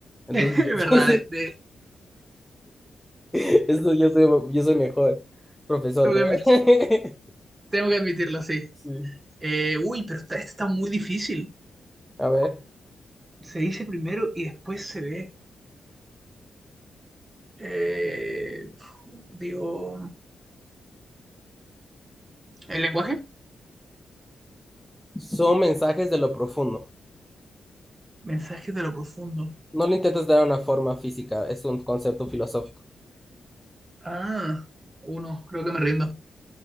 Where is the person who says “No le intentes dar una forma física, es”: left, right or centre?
Centre